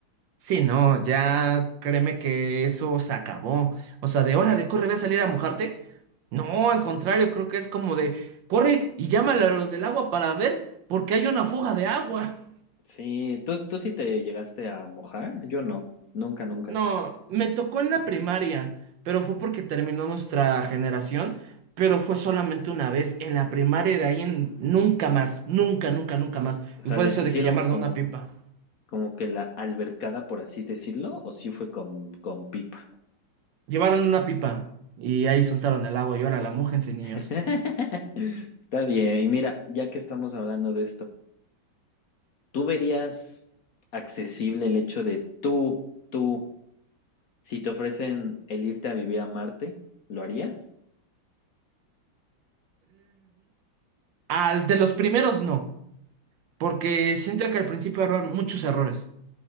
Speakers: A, on the right (about 75°); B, on the left (about 55°).
A: Sí, no, ya créeme que eso se acabó. O sea, de órale, corre, ve a salir a mojarte. No, al contrario, creo que es como de corre y llámale a los del agua para ver porque hay una fuga de agua. <laughs>
B: Sí, ¿tú, tú sí te llegaste a mojar? Yo no, nunca, nunca.
A: No, me tocó en la primaria, pero fue porque terminó nuestra generación, pero fue solamente una vez en la primaria y de ahí en nunca más, nunca, nunca, nunca más.
B: O
A: Y
B: sea,
A: fue
B: ¿les
A: eso de
B: hicieron
A: que llamaron
B: como,
A: a una pipa.
B: como que la albercada, por así decirlo, o sí fue con, con pipa?
A: Llevaron una pipa y ahí soltaron el agua y ahora la mójense, niños.
B: <laughs> Está bien, y mira, ya que estamos hablando de esto, ¿tú verías accesible el hecho de tú, tú? Si te ofrecen el irte a vivir a Marte, ¿lo harías?
A: Al de los primeros no, porque siento que al principio habrá muchos errores